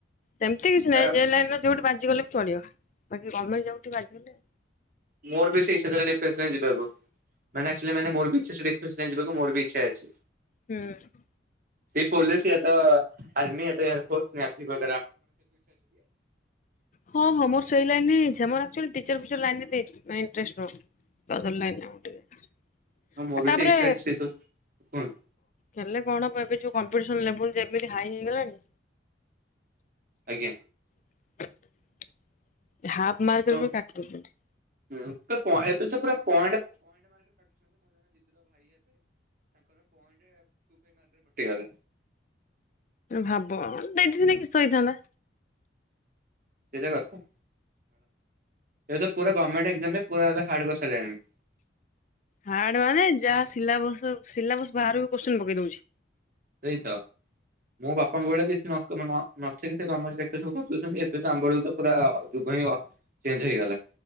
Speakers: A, on the left (about 40°); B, on the right (about 45°).
A: ସେମିତି କିଛିହିଁ
B: ଆ
A: ଯେ ଲାଇନ ର ଯୋଉଠି ଆଜି ଗଲେ ଚଳିବକି ଗର୍ଣ୍ଣମେଣ୍ଟ ଯାଉିକ ଆଜିଗଲେ।
B: ମୋର ବି ସେଇ ଇଛା ଥିଲା ଡିଫେନସ ଲାଇନ ରେ ଯିବାକୁ ମାନେ ଆକଚୁଆଲି ମାନେ ମୋର ଇଛା ସେଇ ଡିଫେନସ ଲାଇନରେ ଯିବାକୁ। ମର ବି ଇଛା ଅଛି।
A: ହୁଁ ।
B: ସେି ପୋଲିସ ଏତ ଆର୍ମି ଏ ଫସ ନେଇ ଆି ବ
A: ହଁ ହଁ ମୋର ଶୋଇଲଣିି ମରଚୁଆ ପ ପର ଲାଇନ ଦେଇ ଇଟଷ୍ଟଦ ଲାଇନ ଟିକେ
B: ହଁ ମୋର
A: ଆଉ
B: ବି
A: ତାପରେ
B: ସେଇ ଇଚ୍ଛା ଅଛି ସେ ସବୁ କୁହନ୍ତୁ
A: ହେଲେ କଣବ ଏବେ ଯୋଉ କମ୍ପିଟିସନ ଲେବୁଲ ଯେମିତି ହାଇିଗଲାଣି।
B: ଆଜ୍ଞା।
A: <unintelligible> ହାଫ ମାର
B: ତ
A: କରିବ କାଟିଛନ୍ତି।
B: ହୁଁ ତ। ଏବେ ତ ପୁରା ପଏଣ୍ଟ। <inaudible>
A: ଭାବ ଦେଇଦିନ କିସ ହୋଇଥାନ୍ତା।
B: ସେଇଟା କଥା ଏ ତ ପୁରା ଗଭର୍ମଟାମ ପୁରା ଏ ହାର୍ଡ କରଣି।
A: ହାର୍ଡ ମାନେ ଯାହା ସିଲାବସ ସିଲାବସ ବାକୁ କ ପକେଇ ଦଉଛି।
B: ସେଇ ତ ମୁଁ ବାପାଙ୍କୁ ବେଳେ କିଛି ନି ସେ କାମରେ ସବ। ଛନ୍ତି ଏବେ ତ ଆମ୍ବଳକୁ ତ ପୁରା। ଯୁଗ ହ ଚେଞ୍ଜ ହେଇଗଲା।